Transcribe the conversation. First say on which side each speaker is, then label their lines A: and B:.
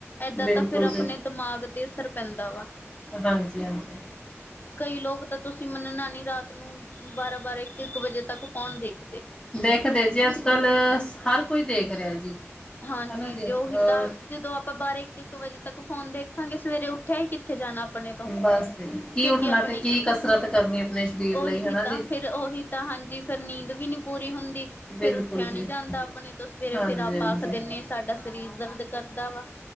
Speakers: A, on the left; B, on the left.
A: ਏਦਾਂ
B: ਬਿਲਕੁਲ
A: ਤਾਂ ਫੇਰ
B: ਜੀ
A: ਆਪਣੇ ਦਿਮਾਗ ਤੇ ਅਸਰ ਪੈਂਦਾ ਵਾ।
B: ਹਾਂਜੀ -ਹਾਂਜੀ
A: ਕਈ ਲੋਕ ਤਾਂ ਤੁਸੀਂ ਮੰਨਣਾ ਨਹੀਂ ਰਾਤ ਨੂੰ ਬਾਰਾਂ -ਬਾਰਾਂ ਇੱਕ- ਇੱਕ ਵਜੇ ਤੱਕ ਫੋਨ ਦੇਖ
B: ਦੇਖਦੇ ਜੀ ਅੱਜ ਕੱਲ ਹਰ ਕੋਈ ਦੇਖ ਰਿਹਾ ਜੀ।
A: ਹਾਂਜੀ
B: ਹਨਾ ਜੀ
A: ਜੇ
B: ਅ
A: ਉਹੀ ਤਾਂ ਜਦੋਂ ਆਪਾਂ ਬਾਰਾਂ ਇੱਕ- ਇੱਕ ਵਜੇ ਤੱਕ ਫ਼ੋਨ ਦੇਖਾਂਗੇ ਸਵੇਰੇ ਉੱਠਿਆ ਹੀ ਕਿੱਥੇ ਜਾਣਾ ਆਪਣੇ ਤੋਂ
B: ਬਸ ਜੀ ਕੀ
A: ਕਿਉਂਕਿ
B: ਉੱਠਣਾ
A: ਆਪਣੀ
B: ਤੇ ਕੀ ਕਸਰਤ ਕਰਨੀ ਆਪਣੇ ਸਰੀਰ
A: ਉਹੀ
B: ਲਈ ਹਨਾ
A: ਤਾਂ
B: ਜੀ
A: ਫਿਰ ਉਹੀ ਤਾਂ ਹਾਂਜੀ ਫਿਰ ਨੀਂਦ ਵੀ ਨੀ ਪੂਰੀ ਹੁੰਦੀ
B: ਬਿਲਕੁਲ
A: ਫਿਰ ਉੱਠਿਆ ਨੀ
B: ਜੀ
A: ਜਾਂਦਾ ਆਪਣੇ ਤੋਂ ਸਵੇਰੇ
B: ਹਾਂਜੀ
A: ਫਿਰ ਆਪ
B: ਹਾਂਜੀ
A: ਪਾੱਖ ਦਿੰੇ <unintelligible> ਸਾਡਾ ਸਰੀਰ ਦਰਦ ਕਰਦਾ ਵਾ।